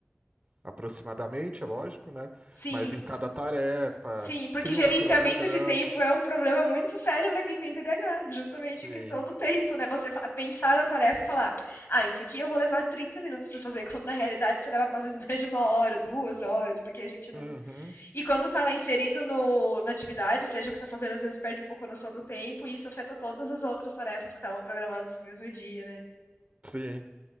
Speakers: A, on the right (about 35°); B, on the left (about 70°).
A: aproximadamente, é lógico, né?
B: Sim,
A: Mas em cada tarefa,
B: Sim, porque
A: cria
B: gerenciamento
A: um cronograma.
B: de tempo é um problema muito sério para quem tem TDAH, justamente
A: Sim.
B: a questão do tempo, né? Você fa- pensar na tarefa e falar, ah, isso aqui eu vou levar 30 minutos para fazer, quando na realidade você leva às vezes mais de uma hora, duas horas, porque a gente não.
A: Uhum.
B: E quando tá lá inserido no, na atividade, seja o que tá fazendo, às vezes perde um pouco a noção do tempo, e isso afeta todas as outras tarefas que estavam programadas pro mesmo dia, né?
A: Sim.